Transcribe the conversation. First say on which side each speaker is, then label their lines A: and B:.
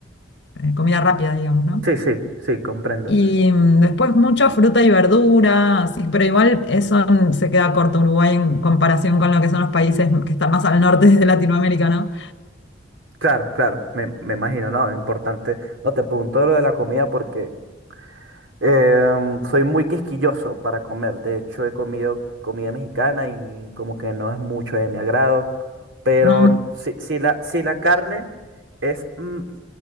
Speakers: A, on the left; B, on the right.
A: eh, comida rápida, digamos, ¿no?
B: Sí, sí, sí, comprendo.
A: Y mm, después mucha fruta y verdura, así, pero igual eso mm, se queda corto Uruguay en comparación con lo que son los países que están más al norte de Latinoamérica, ¿no?
B: Claro, claro, me, me imagino, ¿no? Importante. No te pregunto lo de la comida porque em, soy muy quisquilloso para comer. De hecho, he comido comida mexicana y como que no es mucho de mi agrado. Pero
A: Mm.
B: si, si la, si la carne es mm,